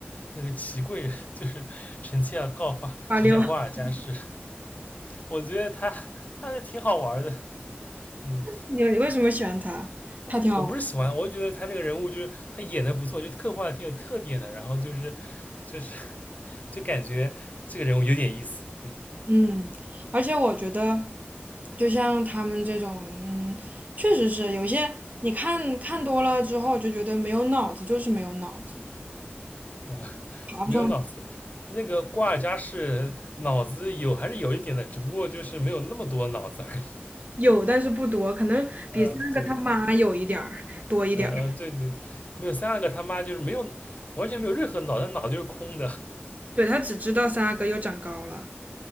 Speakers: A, on the left (about 40°); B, on the right (about 40°).
A: 那个祺贵人，就是臣妾要告发臣妾瓜尔佳氏。
B: 八六，<laughs>
A: 我觉得他他是挺好玩的，嗯，
B: 你为什么喜欢她？她挺好玩。
A: 我不是喜欢，我就觉得他这个人物就是他演的不错，就刻画的挺有特点的，然后就是就是就感觉这个人物有点意思，嗯
B: 嗯，而且我觉得，就像他们这种，嗯，确实是有些你看看多了之后就觉得没有脑子，就是没有脑子，
A: 啊，
B: 爬不上。
A: 没有脑子。那个瓜尔佳氏脑子有还是有一点的，只不过就是没有那么多脑子而已。
B: 有，但是不多，可能比三阿哥他妈有一点儿多一点儿。
A: 呃，对，呃，对对，没有三阿哥他妈就是没有完全没有任何脑袋，脑袋就是空的。
B: 对，他只知道三阿哥又长高了。